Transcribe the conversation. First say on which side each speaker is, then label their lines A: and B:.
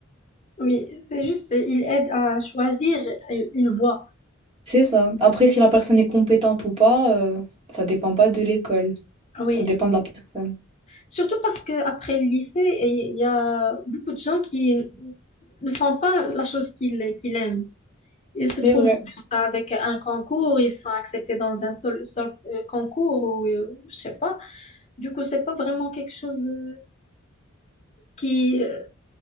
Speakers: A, on the left; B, on the right.
A: Oui, c'est juste, euh, il aide à choisir euh, une voie.
B: C'est ça. Après, si la personne est compétente ou pas, euh, ça dépend pas de l'école.
A: Ah Oui,
B: Ça dépend de la personne.
A: surtout parce que après le lycée, il y a beaucoup de gens qui ne font pas la chose qu'ils qu'ils aiment. Ils se
B: C'est
A: trouvent
B: vrai.
A: juste avec un concours, ils sont acceptés dans un seul, seul, euh, concours ou euh, je sais pas. Du coup, c'est pas vraiment quelque chose euh, qui, euh,